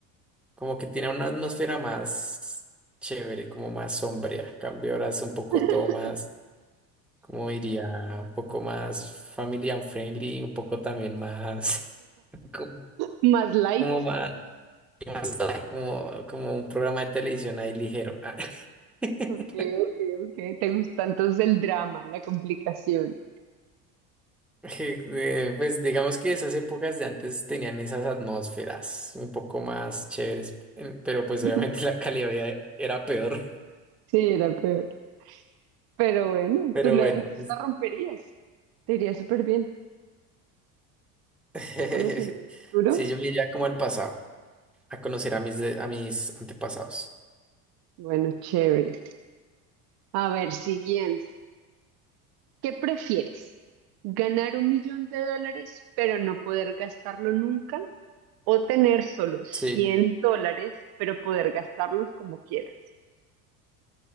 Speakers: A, in the centre; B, on the right.
A: como que tiene una atmósfera más chévere, como más sombría. En Cambio ahora es un poco
B: <laughs>
A: todo más, como diría, un poco más family and friendly, un poco también más. <laughs>
B: Más light.
A: Como más, ¿qué más da? Como, como un programa de televisión ahí ligero. Ah. <laughs>
B: Ok, ok, ok. Te gusta entonces el drama, la complicación.
A: Eh, Pues digamos que esas épocas de antes tenían esas atmósferas un poco más chéveres, eh, pero pues
B: <laughs>
A: obviamente <laughs> la calidad de vida era peor.
B: Sí, era peor. Pero bueno,
A: Pero
B: tú la,
A: bueno,
B: entonces
A: es-
B: la romperías. Te iría súper bien.
A: <laughs>
B: Ya conociendo el futuro.
A: sí, yo me iría como al pasado, a conocer a mis, de- a mis antepasados.
B: Bueno, chévere. A ver, siguiente. ¿Qué prefieres? ¿Ganar un millón de dólares pero no poder gastarlo nunca? ¿O tener solo cien
A: Sí,
B: dólares pero poder gastarlos como quieras?